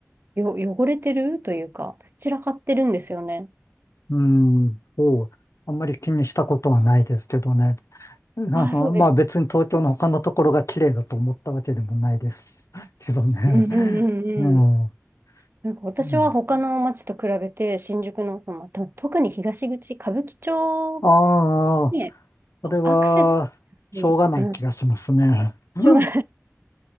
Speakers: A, on the right; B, on the left.
A: よ、汚れてるというか、散らかってるんですよね。
B: うん。そう。あんまり気にしたことはないですけどね。あの、
A: ああ、そうです。
B: まあ別に東京の他のところが綺麗だと思ったわけでもないです <laughs> けどね。
A: うんうんうんうん。
B: <laughs> うん。
A: なんか私は他の街と比べて、
B: うん、
A: 新宿の、その、と特に東口、歌舞伎町
B: ああ、
A: に
B: それは、
A: アクセスしやすい、
B: しょうがない気がしますね。
A: うん、
B: うん
A: 場が